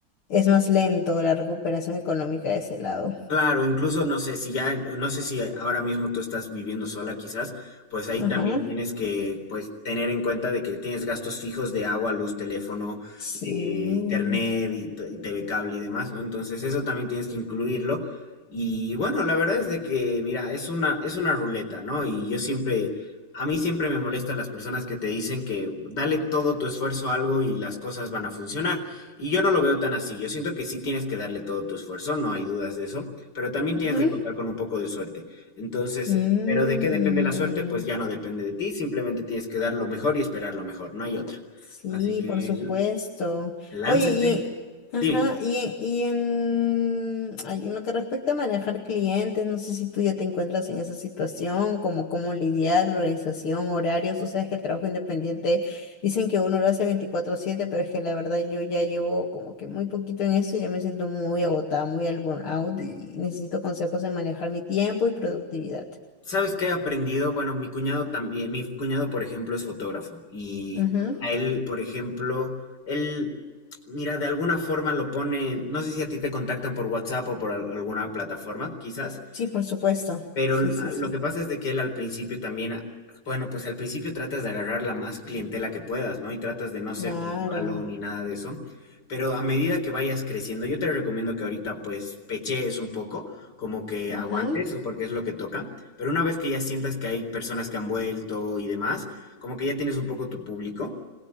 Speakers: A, on the left; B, on the left.
A: es más lento la recuperación económica de ese lado.
B: Claro, incluso no sé si ya, no sé si ahora mismo tú estás viviendo sola quizás, pues ahí
A: Ajá.
B: también tienes que pues tener en cuenta de que tienes gastos fijos de agua, luz, teléfono,
A: Sí.
B: de internet y, t- y TV cable y demás, ¿no? Entonces eso también tienes que incluirlo. Y bueno, la verdad es de que, mira, es una, es una ruleta, ¿no? Y yo siempre, a mí siempre me molestan las personas que te dicen que dale todo tu esfuerzo a algo y las cosas van a funcionar. Y yo no lo veo tan así. Yo siento que sí tienes que darle todo tu esfuerzo, no hay dudas de eso, pero también tienes
A: Ajá.
B: que contar con un poco de suerte. Entonces,
A: Mm.
B: pero ¿de qué depende la suerte? Pues ya no depende de ti, simplemente tienes que dar lo mejor y esperar lo mejor, no hay otra.
A: Sí,
B: Así que
A: por supuesto.
B: l- lánzate.
A: Oye, y en,
B: Dime,
A: ajá, y en, y en, ay, en lo que respecta a manejar clientes, no sé si tú ya te encuentras en esa situación, como cómo lidiar, organización, horarios, tú sabes que el trabajo independiente dicen que uno lo hace veinticuatro siete, pero es que la verdad yo ya llevo como que muy poquito en eso y ya me siento muy agotada, muy al burnout y necesito consejos de manejar mi tiempo y productividad.
B: ¿sabes qué he aprendido? Bueno, mi cuñado también, mi cuñado, por ejemplo, es fotógrafo y
A: Ujú.
B: a él, por ejemplo, él, mira, de alguna forma lo pone, no sé si a ti te contactan por WhatsApp o por al- alguna plataforma, quizás
A: Sí, por supuesto.
B: Pero
A: Sí,
B: l-
A: sí,
B: a- lo
A: sí.
B: que pasa es de que él al principio también, a- bueno, pues al principio tratas de agarrar la más clientela que puedas, ¿no? Y tratas de no ser
A: Claro.
B: pues malo ni nada de eso. Pero a medida que vayas creciendo, yo te recomiendo que ahorita pues pechees un poco, como que
A: Ajá.
B: aguantes, porque es lo que toca. Pero una vez que ya sientas que hay personas que han vuelto y demás, como que ya tienes un poco tu público,